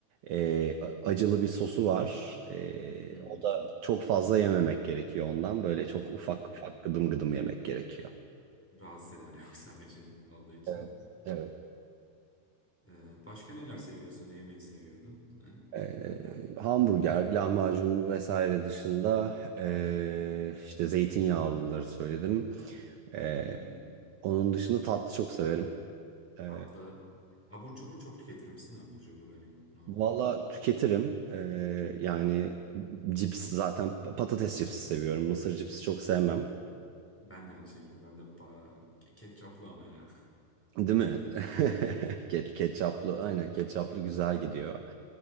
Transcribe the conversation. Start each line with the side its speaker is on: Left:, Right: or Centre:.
Right: e, acılı bir sosu var. E,
Centre: hmm,
Right: o da çok fazla yememek gerekiyor ondan. Böyle çok ufak
Centre: anladım.
Right: ufak gıdım gıdım yemek gerekiyor.
Centre: Rahatsız eder <laughs> yoksa acı olduğu için.
Right: Evet, evet.
Centre: Ee, başka neler seviyorsun? Ne yemeyi seviyordun? Ha?
Right: E, hamburger, lahmacun vesaire dışında e, işte zeytinyağlıları söyledim. E,
Centre: Hmm,
Right: onun dışında tatlı çok severim. E,
Centre: tatlı. Abur cubur çok tüketir misin? Abur cubur hani normal.
Right: Valla tüketirim. Ee, yani cips zaten patates cipsi seviyorum. Mısır cipsi çok sevmem.
Centre: Ben de aynı şekilde. Ben de pa ketçaplı ama ya.
Right: Değil mi? <laughs>
Centre: <laughs>
Right: Ke- Ketçaplı aynen ketçaplı güzel gidiyor.